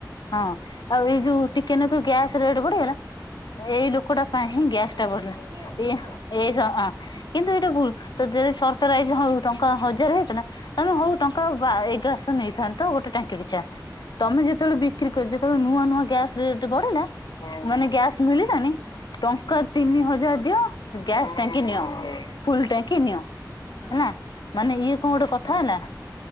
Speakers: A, on the left; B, on the right.
A: ହଁ ଆଉ ଏଇ ଯୋଉଁ ଟିକେ ନାକୁ ଗ୍ୟାସ ରେଟ ବଢିଗଲା ଏଇ ଲୋକଟା ପାଇଁ
B: ସରକାର
A: ହିଁ ଗ୍ୟାସ ଟା
B: ଆଇଛି
A: ବଢ଼ିଲା
B: ବୋଲି ଏମିତି
A: ଏଇ
B: ବଢିଲା
A: ଏଇ କିନ୍ତୁ ଏଇଟାକୁ ତ ଯଦି ସରକାର <unintelligible> ହଜାର ହେଇଚିନା ତାହ ହଉ
B: ହଁ
A: ଟଙ୍କା ଏଗାରଶହ ନେଇଥାନ୍ତୁ। ତ ଗୋଟେ ଟାଙ୍କି ପିଛା
B: ହଁ ହଁ
A: ତମେ ଯେତେବେଳେ ବିକ୍ରି କରଛ ଠୁ ନୂଆ ନୂଆ ଗ୍ୟାସ ରେଟ ବଢ଼ିଲା ମାନେ ଗ୍ୟାସ ମିଳିଲାନି ଟଙ୍କା ତିନି ହଜାର ଦିଅ ଗ୍ୟାସ୍ ଟାଙ୍କି ନିଅ ଫୁଲ ଟାଙ୍କି ନିଅ
B: ହଁ।
A: ହେଲା ମାନେ ଇଏ କଣ ଗୋଟେ କଥା ହେଲା।